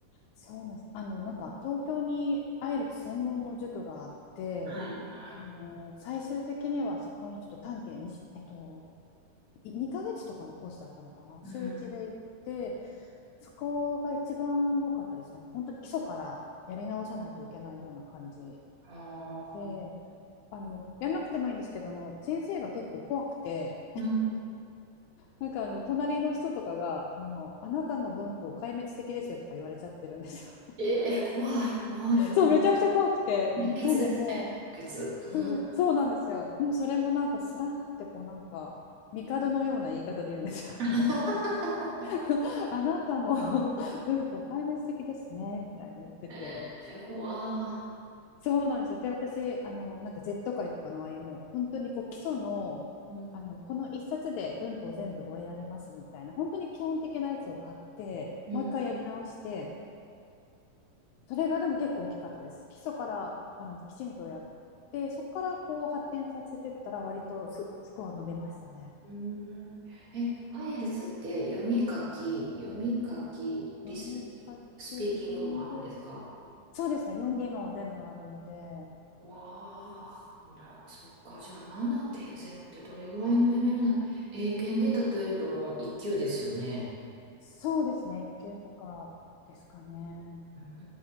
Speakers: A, on the left; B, on the right.
A: そうなんです。あの、なんか東京にアイルツ専門の塾があって、
B: はい、はい。
A: あの最終的にはそこにちょっと短期でにえっと、い2ヶ月とかのコースだったのかな、
B: うん。
A: 週1で行って、そこが一番良かったですね。あの本当に基礎からやり直さないといけないような感じ
B: ああ、
A: で、あの、やんなくてもいいんですけど、あの、先生が結構怖くて、
B: うん。
A: なんかあの隣の人とかがあの、あなたの文法壊滅的ですよとか言われちゃってるんですよ。
B: ええ、怖い。わあ、
A: <laughs>
B: でも、
A: そう、めちゃくちゃ怖くて。
B: 熱血ですね、
A: なんでも
B: 熱血。うん。
A: う、そう、そうなんですよ。でもそれもなんかスラーってこうなんか、帝のような言い方で言うんですよ。
B: <laughs>
A: あの <laughs> あなたの <laughs> 文法壊滅的ですね、みたいに言ってて。
B: えー、怖
A: そうなんですよ。で、私、あの、なんか Z 界とかのああいうもう、本当にこう基礎の、
B: い。うん、
A: あの、この一冊で文法全部終えられますみたいな、本当に基本的なやつを買って、
B: うん
A: もう一回やり直して、それがでも結構大きかったです。基礎からあのきちんとやって、そこからこう発展させてったら、割とス、スコア伸びましたね。
B: うーん。え、アイエルツって読み書き、読み書き、リスニング、
A: 読み書き、
B: スピーキングもあるんですか
A: リスニング、そうですね、4技能全部あるので、
B: わあ、な、そっか。じゃあ7.0ってどれぐらいのレベルな、英検で例えるともう1級ですよね。
A: そうですね、1級とかですかね。
B: う